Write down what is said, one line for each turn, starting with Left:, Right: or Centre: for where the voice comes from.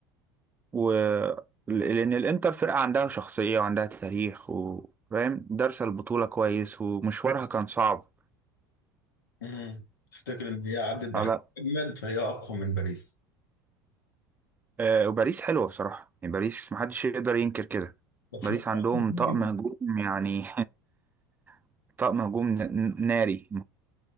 Right: و لأن الإنتر فرقة عندها شخصية وعندها تاريخ وفاهم دارسة البطولة كويس ومشوارها كان صعب
Left: مم. تفتكر ان هي عدت بحاجة
Right: على
Left: اجمل فهي اقوى من باريس
Right: آه وباريس حلوة بصراحة يعني باريس محدش يقدر ينكر كده
Left: بس
Right: باريس
Left: ما فيهاش
Right: عندهم
Left: مهاجم
Right: طقم هجوم يعني <laughs> طقم هجوم ن- ناري